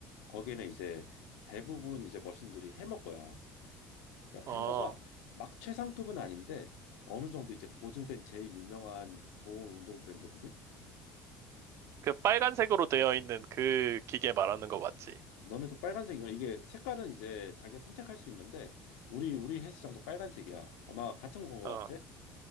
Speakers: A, on the left (about 85°); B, on the right (about 55°).
A: 거기는 이제 대부분 이제 머신들이 해머 거야 그러니까
B: 어,
A: 해머가 막 최상급은 아닌데 어느 정도 이제 보증된 제일 유명한 좋은 운동 브랜드거든.
B: 그 빨간색으로 되어 있는 그 기계 말하는 거 맞지?
A: 너네도 빨간색 이거 이게 색깔은 이제 자기가 선택할 수 있는데 우리 우리 헬스장도 빨간색이야. 아마 같은 거
B: 어,
A: 같아.